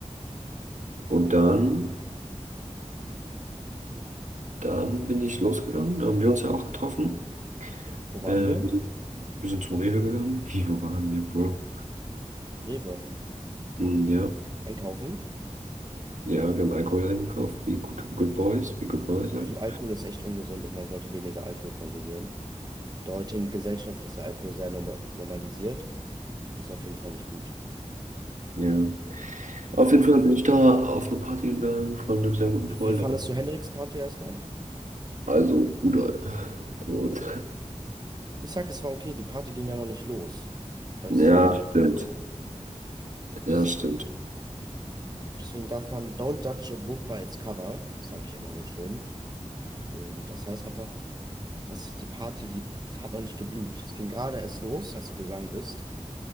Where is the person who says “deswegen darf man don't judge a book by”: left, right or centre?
Right